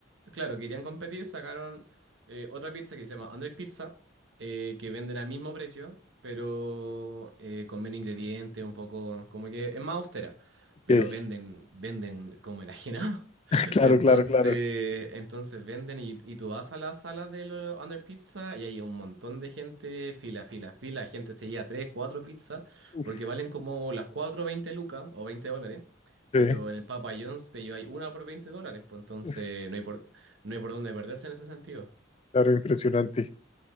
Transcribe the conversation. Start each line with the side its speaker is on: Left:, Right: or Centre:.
Right: claro, querían competir, sacaron eh, otra pizza que se llama Andrés Pizza, eh, que venden al mismo precio, pero eh, con menos ingredientes, un poco, como que es más austera,
Left: Ok.
Right: pero venden, venden como enajenado. <laughs>
Left: <laughs> Claro,
Right: Entonces,
Left: claro, claro.
Right: entonces venden y, y tú vas a las salas de los Under Pizza y hay un montón de gente, fila, fila, fila, gente se lleva tres, cuatro pizzas
Left: Uf,
Right: porque valen como las cuatro veinte 20 lucas o 20 dólares.
Left: sí.
Right: Pero en el Papa John's te lleváis una por 20 dólares. Pues entonces
Left: Uf,
Right: no hay por, no hay por dónde perderse en ese sentido.
Left: claro, impresionante.